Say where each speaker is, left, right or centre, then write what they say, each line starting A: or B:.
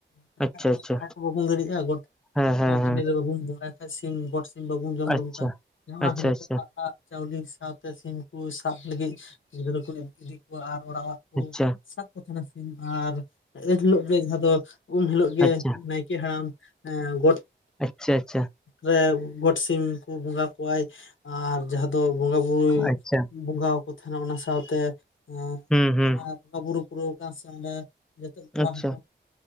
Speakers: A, on the left; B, in the centre.
A: <inaudible>
B: ᱟᱪᱪᱷᱟ ᱟᱪᱪᱷᱟ
A: ᱥᱟᱦᱟ ᱠᱚ ᱵᱟᱵᱚᱱ ᱫᱟᱲᱮᱭᱟᱜᱼᱟ ᱜᱚᱴ
B: ᱦᱮᱸ ᱦᱮᱸ
A: ᱴᱟᱸᱰᱤᱨᱮ
B: ᱦᱮᱸ
A: ᱵᱟᱵᱚᱱ ᱵᱚᱸᱜᱟᱭ ᱥᱤᱢ ᱜᱚᱴ ᱥᱤᱢ ᱵᱟᱵᱚᱱ ᱡᱚᱢ
B: ᱟᱪᱪᱷᱟ
A: ᱞᱮᱠᱚ ᱠᱷᱟᱱ, ᱚᱱᱟ
B: ᱟᱪᱪᱷᱟ
A: ᱠᱷᱟᱹᱛᱤᱨ
B: ᱟᱪᱪᱷᱟ
A: ᱛᱮ ᱚᱲᱟᱜ ᱚᱲᱟᱜ ᱪᱟᱣᱞᱮ ᱥᱟᱶᱛᱮ ᱥᱤᱢ ᱠᱩ ᱥᱟᱵ ᱞᱟᱹᱜᱤᱜ ᱜᱤᱫᱽᱨᱟᱹ ᱠᱚ ᱤᱫᱤ ᱠᱚᱣᱟ ᱟᱨ ᱚᱲᱟᱜᱟᱜ ᱠᱚ
B: ᱟᱪᱪᱷᱟ
A: ᱥᱟᱵ ᱠᱚ ᱛᱟᱦᱮᱱᱟ ᱥᱤᱢ ᱟᱨ ᱮᱱ ᱦᱤᱞᱳᱜ ᱜᱮ ᱡᱟᱦᱟᱸ ᱫᱚ ᱩᱢ ᱦᱤᱞᱳᱜ ᱜᱮ
B: ᱟᱪᱪᱷᱟ
A: ᱱᱟᱭᱠᱮ ᱦᱟᱲᱟᱢ ᱮ ᱜᱚᱴ
B: ᱟᱪᱪᱷᱟ ᱟᱪᱪᱷᱟ
A: ᱨᱮ ᱜᱚᱴ ᱥᱤᱢ ᱠᱚ ᱵᱚᱸᱜᱟ ᱠᱚᱣᱟᱭ ᱟᱨ ᱡᱟᱦᱟᱸ ᱫᱚ ᱵᱚᱸᱜᱟ ᱵᱩᱨᱩ
B: ᱟᱪᱪᱷᱟ
A: ᱵᱚᱸᱜᱟ ᱟᱠᱚ ᱛᱟᱦᱮᱱᱟ ᱚᱱᱟ ᱥᱟᱶᱛᱮ ᱮᱸ
B: ᱦᱩᱸ ᱦᱩᱸ
A: ᱚᱱᱟ ᱵᱚᱸᱜᱟ ᱵᱩᱨᱩ ᱯᱩᱨᱟᱹᱣ ᱟᱠᱟᱱ ᱥᱮ ᱚᱸᱰᱮ ᱡᱚᱛᱮ ᱠᱚᱲᱟ
B: ᱟᱪᱪᱷᱟ
A: ᱦᱚᱯᱚᱱ